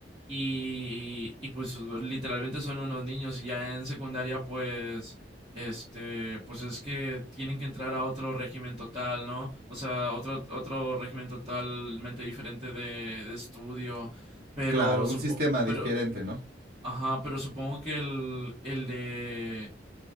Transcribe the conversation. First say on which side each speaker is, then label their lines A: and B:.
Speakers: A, on the right; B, on the right.
A: Y, y pues literalmente son unos niños y ya en secundaria pues, este, pues es que tienen que entrar a otro régimen total, ¿no? O sea, otro, otro régimen totalmente diferente de, de estudio, pero
B: Claro,
A: supongo...
B: un sistema diferente,
A: Pero,
B: ¿no?
A: Ajá, pero supongo que el, el de,